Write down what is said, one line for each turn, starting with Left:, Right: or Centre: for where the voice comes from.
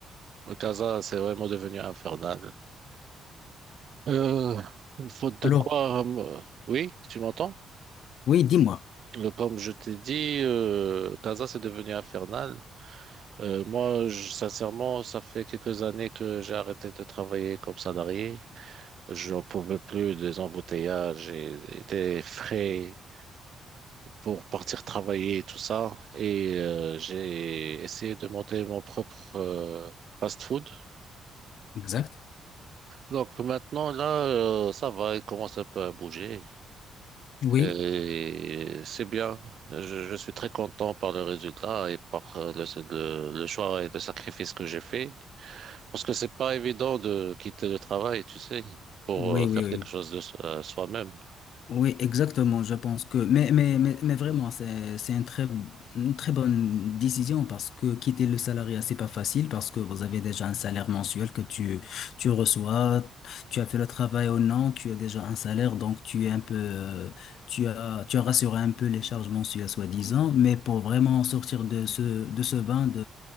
Right: Le Casa, c'est vraiment devenu infernal. Euh, faute de
Left: Alors,
Right: quoi, euh, oui, tu m'entends?
Left: oui, dis-moi.
Right: Euh, Comme je t'ai dit, euh, Casa, c'est devenu infernal. Euh, moi, je- sincèrement, ça fait quelques années que j'ai arrêté de travailler comme salarié. Je n'en pouvais plus des embouteillages et des frais pour partir travailler et tout ça. Et euh, j'ai essayé de monter mon propre euh, fast-food.
Left: Exact.
Right: Donc maintenant, là, euh, ça va, il commence un peu à bouger.
Left: Oui,
Right: Et c'est bien. Je, je suis très content par le résultat et par euh, le, le, le choix et le sacrifice que j'ai fait. Parce que c'est pas évident de quitter le travail, tu sais, pour
Left: oui,
Right: euh,
Left: oui,
Right: faire
Left: oui.
Right: quelque chose de so- euh, soi-même.
Left: Oui, exactement, je pense que... Mais, mais, mais, mais vraiment, c'est, c'est une très, une très bonne décision parce que quitter le salariat, c'est pas facile parce que vous avez déjà un salaire mensuel que tu, tu reçois, tu as fait le travail ou non, tu as déjà un salaire, donc tu es un peu... euh, Tu as, tu as rassuré un peu les charges mensuelles, soi-disant, mais pour vraiment sortir de ce, de ce bain